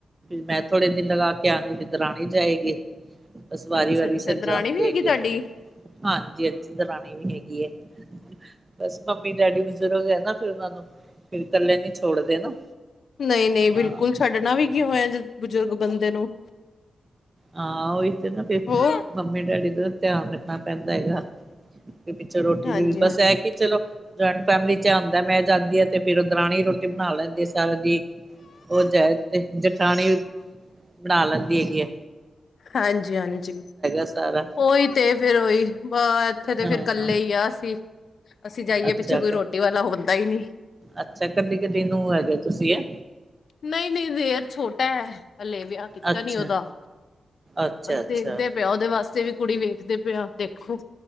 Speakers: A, on the right (about 25°); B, on the left (about 65°).
A: ਮੈਂ ਥੋੜੇ ਦਿਨ ਲਗਾ ਕੇ ਆਂਗੀ, ਫਿਰ ਦਰਾਣੀ ਜਾਏਗੀ ਬਸ ਵਾਰੀ
B: ਅੱਛਾ
A: ਵਾਰੀ
B: ਅੱਛਾ
A: ਸਿਰ
B: ਦਰਾਣੀ
A: ਜਾਨਦੇ
B: ਵੀ ਹੈਗੀ
A: ਹੇਗੇ
B: ਤੁਹਾਡੀ
A: ਹਾਂਜੀ-ਹਾਂਜੀ, ਦਰਾਣੀ ਵੀ ਹੈਗੀ ਏ, ਬਸ ਮੰਮੀ ਡੈਡੀ ਬਜ਼ੁਰਗ ਹੈ ਨਾ, ਫਿਰ ਉਹਨਾਂ ਨੂੰ ਫਿਰ ਕਲੇ ਨੀ ਛੋੜਦੇ ਨਾ
B: ਨਹੀਂ ਨਹੀਂ ਬਿਲਕੁਲ
A: ਹਾਂ
B: ਛੱਡਣਾ ਵੀ ਕਿ ਹੋਇਆ, ਜਦ ਬਜ਼ੁਰਗ ਬੰਦੇ ਨੂੰ
A: ਹਾਂ, ਉਹੀ ਤੇ ਨਾ ਫਿਰ
B: ਹੋਰ
A: ਮੰਮੀ ਡੈਡੀ ਦਾ ਧਿਆਨ ਰੱਖਨਾ ਪੈਂਦਾ ਹੈਗਾ ਪਿੱਛੋਂ ਰੋਟੀ
B: ਹਾਂਜੀ
A: ਦੀ ਵੀ ਬਸ,
B: ਹਾਂਜੀ
A: ਇਹ ਕਿ ਚਲੋ ਜਆਇੰਟ ਫੈਮਿਲੀ ਚ ਏ ਹੁੰਦੇ, ਮੈਂ ਜਾਂਦੀ ਐ ਤੇ ਫਿਰ ਉ ਦਰਾਣੀ ਰੋਟੀ ਬਣਾ ਲੈਂਦੀ ਸਾਰੇਆ ਦੀ ਉਹ ਜਾਏ ਤੇ ਜਠਾਣੀ ਬਣਾ ਲੈਂਦੀ ਹੈਗੀ ਏ
B: ਹਾਂਜੀ-ਹਾਂਜੀ,
A: ਸਾਰਾ
B: ਉਹੀ ਤੇ ਫੇਰ ਓਹੀ ਵ ਇੱਥੇ ਤੇ
A: ਹਾਂ
B: ਫਿਰ ਕੱਲੇ ਈ ਆ ਅਸੀਂ ਅਸੀਂ ਜਾਈਏ
A: ਅੱਛਾ
B: ਪਿੱਛੇ ਕੋਈ ਰੋਟੀ ਵਾਲਾ ਹੋ ਬੰਦਾ ਈ ਨੀ
A: ਅੱਛਾ, ਕੱਲੀ ਕਲੀ ਨੂੰ ਹੈਗੇ ੳ ਤੁਸੀਂ, ਹੈ?
B: ਨਹੀਂ ਨਹੀਂ ਦੇਰ ਛੋਟਾ ਹੈ ਹਲੇ ਵਿਆਹ ਕੀਤਾ
A: ਅੱਛਾ
B: ਨੀ ਉਹਦਾ,
A: ਅੱਛਾ
B: ਬਸ
A: ਅੱਛਾ
B: ਦੇਖਦੇ ਪਿਆ ਉਹਦੇ ਵਾਸਤੇ ਵੀ। ਕੁੜੀ ਵੇਖਦੇ ਪਿਆ ਦੇਖੋ,